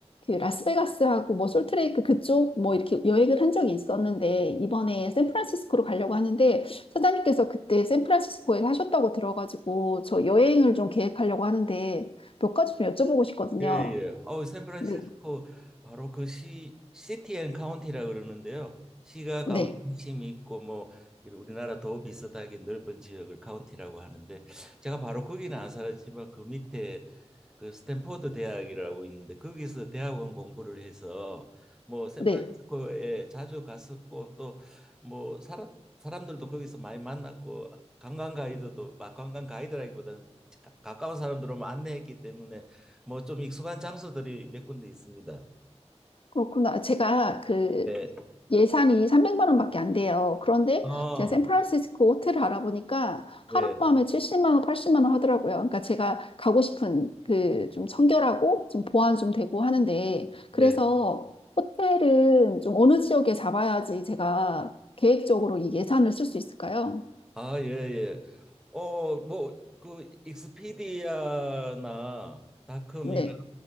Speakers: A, on the left (about 55°); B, in the centre.
A: 그 라스베가스하고 뭐 솔트레이크 그쪽 뭐 이렇게 여행을 한 적이 있었는데 이번에 샌프란시스코로 가려고 하는데 사장님께서 그때 샌프란시스코에 하셨다고 들어가지고 저 여행을 좀 계획하려고 하는데 몇 가지 좀 여쭤보고 싶거든요.
B: 예, 예. 어, 샌프란시스코
A: 네,
B: 바로 그 시, 시티 앤 카운티라 그러는데요. 시가
A: 네,
B: 가운데 핵심이 있고 뭐 이런 우리나라 더 비슷하게 넓은 지역을 카운티라고 하는데 제가 바로 거기는 안 살았지만 그 밑에 그 스탠포드 대학이라고 있는데 거기서 대학원 공부를 해서 뭐 샌프란시스코에
A: 네.
B: 자주 갔었고 또 뭐 살았 사람들도 거기서 많이 만났고 관광 가이드도 막 관광 가이드라기보다는 가- 가까운 사람들 오면 안내했기 때문에 뭐 좀 익숙한 장소들이 몇 군데 있습니다.
A: 그렇구나. 제가 그
B: 네.
A: 예산이 300만 원밖에 안 돼요. 그런데
B: 아,
A: 제가 샌프란시스코 호텔을 알아보니까
B: 네,
A: 하룻밤에 70만 원, 80만 원 하더라고요. 그러니까 제가 가고 싶은 그 좀 청결하고 좀 보안 좀 되고 하는데
B: 네.
A: 그래서 호텔은 좀 어느 지역에 잡아야지 제가 계획적으로 이 예산을 쓸 수 있을까요?
B: 아, 예, 예. 어, 뭐, 그, 익스피디아나 닷컴이나
A: 네,